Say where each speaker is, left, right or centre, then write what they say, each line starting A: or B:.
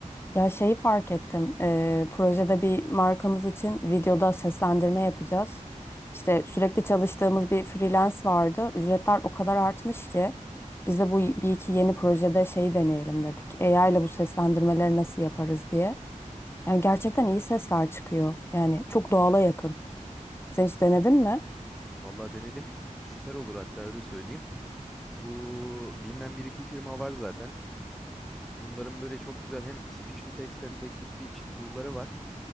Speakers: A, on the left; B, in the centre.
A: Ya şeyi fark ettim. E, projede bir markamız için videoda seslendirme yapacağız. İşte sürekli çalıştığımız bir freelance vardı. Ücretler o kadar artmış ki biz de bu bir iki yeni projede şeyi deneyelim dedik. AI ile bu seslendirmeleri nasıl yaparız diye. Yani gerçekten iyi sesler çıkıyor. Yani çok doğala yakın. Sen hiç denedin mi?
B: Vallahi denedim. Süper olur hatta öyle söyleyeyim. Bu bilinen bir iki firma var zaten. Bunların böyle çok güzel hem speech to text hem text to speech tool'ları var.